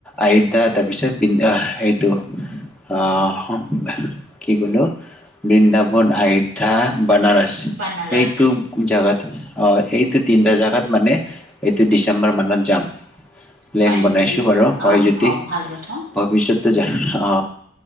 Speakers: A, in the centre; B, on the right.
A: আয়োধ্যা তাৰপিছত বৃন সেইটো আহ সম কি ক'লো? বৃন্দাবন, আয়োধ্যা বানাৰস।
B: বানাৰস
A: সেইটো তাত অ এইটো তিনিটা জাগাত মানে, এইটো ডিচেম্বৰ মানত যাম। প্লেন
B: হয়
A: বনাইছোঁ
B: নেকি
A: বাৰু হয়
B: অ
A: যদি
B: অ ভাল কথা
A: ভৱিষ্যতে যা অ।